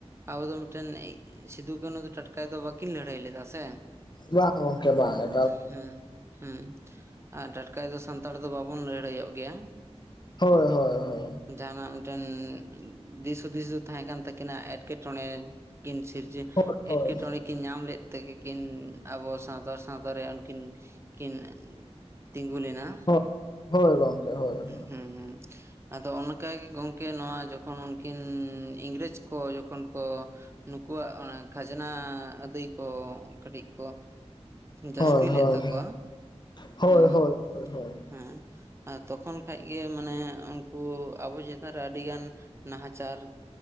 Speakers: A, on the right; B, on the left.
A: ᱟᱵᱚ ᱫᱚ ᱢᱤᱫᱴᱮᱱ ᱥᱤᱫᱩ ᱠᱟᱱᱩ ᱫᱚ ᱴᱟᱴᱠᱟᱭ ᱫᱚ ᱵᱟᱠᱤᱱ ᱞᱟᱲᱟᱹᱭ ᱞᱮᱫᱟ ᱥᱮ ᱾
B: ᱵᱟᱝ ᱜᱚᱝᱠᱮ ᱵᱟᱝ ᱾
A: ᱦᱩᱸ ᱦᱩᱸ ᱟᱨ ᱴᱟᱴᱠᱟᱭ ᱫᱚ ᱥᱟᱱᱛᱟᱲ ᱫᱚ ᱵᱟᱵᱚᱱ ᱞᱟᱹᱲᱦᱟᱹᱭᱚᱜ ᱜᱮᱭᱟ ᱾
B: ᱦᱳᱭ ᱦᱳᱭ ᱦᱳᱭ ᱾
A: ᱡᱟᱦᱟᱸᱱᱟᱜ ᱢᱤᱫᱴᱮᱱᱻ ᱫᱤᱥ ᱦᱩᱫᱤᱥ ᱫᱚ ᱛᱟᱦᱮᱸ ᱠᱟᱱ ᱛᱟᱹᱠᱤᱱᱟ ᱮᱴᱠᱮᱴᱚᱬᱮ ᱠᱤᱱ ᱥᱤᱨᱡᱟᱹ
B: ᱦᱳᱭ ᱦᱳᱭ
A: ᱮᱴᱠᱮᱴᱚᱬᱮ ᱠᱤᱱ ᱧᱟᱢ ᱞᱮᱫ ᱛᱮᱜᱮ ᱠᱤᱱ ᱟᱵᱚ ᱥᱟᱶᱛᱟᱨ ᱥᱟᱶᱛᱟ ᱨᱮ ᱩᱱᱠᱤᱱ, ᱠᱤᱱ ᱛᱤᱸᱜᱩ ᱞᱮᱱᱟ ᱾
B: ᱳᱦ ᱦᱳᱭ ᱦᱳᱭ ᱜᱚᱝᱠᱮ, ᱦᱳᱭ ᱦᱳᱭ ᱾
A: ᱦᱩᱸ ᱦᱩᱸ ᱟᱫᱚ ᱚᱱᱠᱟᱜᱮ ᱜᱚᱢᱠᱮ ᱱᱚᱣᱟ ᱡᱚᱠᱷᱚᱱ ᱩᱱᱠᱤᱱᱻ ᱤᱝᱨᱮᱡᱽ ᱠᱚ ᱡᱚᱠᱷᱚᱱ ᱠᱚ ᱱᱩᱠᱩᱣᱟᱜ ᱚᱱᱟ ᱠᱷᱟᱡᱽᱱᱟ ᱟᱹᱫᱟᱹᱭ ᱠᱚ ᱠᱟᱹᱴᱤᱡ ᱠᱚᱼᱼ ᱡᱟᱹᱥᱛᱤ
B: ᱦᱳᱭ
A: ᱞᱮᱫ
B: ᱦᱳᱭ
A: ᱛᱟᱠᱚᱣᱟ
B: ᱦᱳᱭ
A: ᱩᱸᱜ
B: ᱦᱳᱭ ᱦᱳᱭ
A: ᱦᱮᱸ᱾ ᱛᱚᱠᱷᱚᱱ ᱠᱷᱟᱡ ᱜᱮ ᱢᱟᱱᱮ ᱩᱱᱠᱩ ᱟᱵᱚ ᱪᱮᱛᱟᱱ ᱨᱮ ᱟᱹᱰᱤᱜᱟᱱ ᱱᱟᱦᱟᱪᱟᱨᱼᱼ